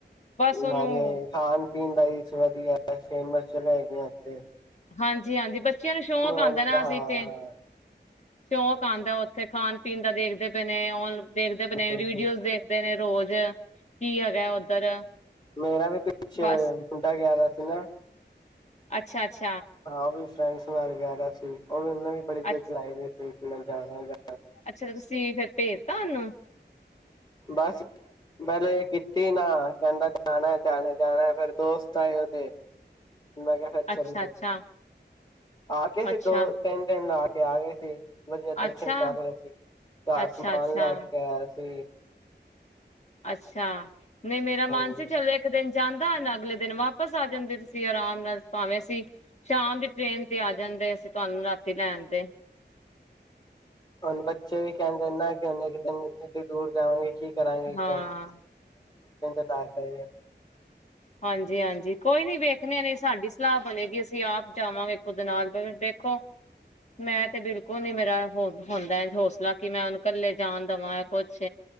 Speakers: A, on the left; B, on the left.
A: ਬਸ ਉਹਨੂੰ
B: ਨਾਲੇ- ਪਿੰਡਾਂ ਵਧੀਆ ਫੇਮਸ ਜਗ੍ਹਾ ਹੈਗੀ ਆਂੱਥੇ
A: ਹਾਂਜੀ ਹਾਂਜੀ ਬੱਚਿਆਂ ਨੂੰ ਸ਼ੌਂਕ ਆਉਂਦਾ
B: ਹਾਂ
A: ਨਾ
B: ਹਾਂ
A: ਅਸੀਂ ਇੱਥੇ ਸ਼ੌਕ ਆਉਂਦਾ ਉਥੇ- ਖਾਣ ਪੀਣ ਦਾ ਦੇਖਦੇ ਪਏ ਨੇ ਉਹ- ਦੇਖਦੇ ਪ
B: ਹੂੰ
A: ਵੀਡੀਓਜ਼ ਦੇਖਦੇ ਨੇ- ਰੋਜ਼- ਕੀ ਹੈਗਾ ਉੱਧਰ
B: ਮੇਰਾ ਵੀ ਪਿੱਛੇ
A: ਬਸ
B: ਮੁੰਡਾ ਗਿਆ ਦਾ ਸੀ ਨਾ-
A: ਅੱਛਾ -ਅੱਛਾ
B: ਹ <inaudible> ਫਰੈਂਡਸ ਨਾਲ ਵਗੈਰਾ ਸੀ, ਉਹ ਵੀ ਨਵੇਂ ਬੜੇ ਗੇਟ
A: ਅੱ
B: ਲਾਏ ਨੇ <unintelligible>
A: ਅੱਛਾ, ਤਾਂ ਤੁਸੀਂ ਫੇਿਰ ਪੇਜ ਤਾ ਉਨੂੰ
B: ਬਸ ਵਲੇ ਕੀਤੀ ਨਾ ਕਹਿੰਦਾ, ਜਾਣਾ -ਜਾਣਾ, ਜਾਣਾ ਫਿਰ ਦੋਸਤ ਆਏ ਉਦੇ- ਮੈਂ ਕਿਹਾ ਫਿਰ ਚੱਲ,
A: ਅੱਛਾ ਅੱਛਾ
B: ਆ ਕੇ ਸੀ
A: ਅੱਛਾ
B: ਦੋ ਤਿੰਨ ਦਿਨ ਦਾ ਕੇ- ਆ ਗਏ ਸੀ! ਵਧੀਆ ਦਰਸ਼ਨ
A: ਅੱਛਾ
B: ਕਰ ਰਹੇ ਸੀ, ਘਰ
A: ਅੱਛਾ
B: ਸਮਾਨ
A: ਅੱਛਾ
B: ਲੈ ਕੇ ਆਇਆ ਸੀ
A: ਅੱਛਾ। ਨਹੀਂ ਮੇਰਾ
B: ਹਾਂਜੀ
A: ਮਨ ਸੀ, ਚੱਲ ਇੱਕ ਦਿਨ ਜਾਂਦਾ ਹੈ ਨਾ ਅਗਲੇ ਦਿਨ, ਵਾਪਸ ਆ ਜਾਂਦੇ ਤੁਸੀਂ ਆਰਾਮ ਨਾਲ ਭਾਵੇਂ ਅਸੀਂ, ਸ਼ਾਮ ਦੀ ਟ੍ਰੇਨ ਆ ਜਾਂਦੇ, ਅਸੀਂ ਤੁਹਾਨੂੰ ਰਾਤੀ ਲੈਣ ਤੇ
B: ਹੁਣ ਬੱਚੇ ਵੀ ਕਹਿਨਦੇ ਨਾ, ਕਿ ਉਹਨੇ ਇੰਜ ਦੂਰ ਜਾਵਾਂਗੇ ਕੀ ਕਰਾਂਗੇ ਇੱਕ
A: ਹਾਂ
B: ਦਿਨ ਤਾਂ ਹੀ <inaudible>
A: ਹਾਂਜੀ -ਹਾਂਜੀ, ਕੋਈ ਨੀ ਵੇਖਣੇ ਨਹੀਂ ਸਾਡੀ ਸਲਾਹ ਬਨੇਗੀ, ਅਸੀਂ ਆਪ ਜਾਵਾਂਗੇ, ਖੁਦ ਨਾਲ ਦੇਖੋ ਮੈਂ ਤੇ ਬਿਲਕੁਲ ਨੀ ਮੇਰਾ ਹੁੰਦਾ ਹੌਸਲਾ ਕਿ, ਮੈਂ ਉਹਨੂੰ ਕੱਲੇ ਜਾਣ ਦੇਵਾਂ ਕੁਛ